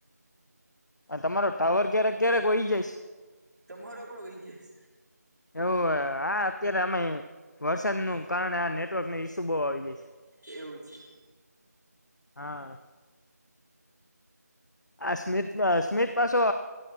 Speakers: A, on the left (about 85°); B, on the right (about 80°).
A: આ તમારો ટાવર ક્યારેક ક્યારેક હોય જઈ.
B: તમારો પણ વૈ જસ.
A: એવું આ અત્યારે અમાં વરસાદનું કારણે આ નેટવર્ક ન ઈસ્યુ બહુ આવી જાય છે.
B: એવું છે.
A: હા. આ સ્મિત સ્મિત પાછો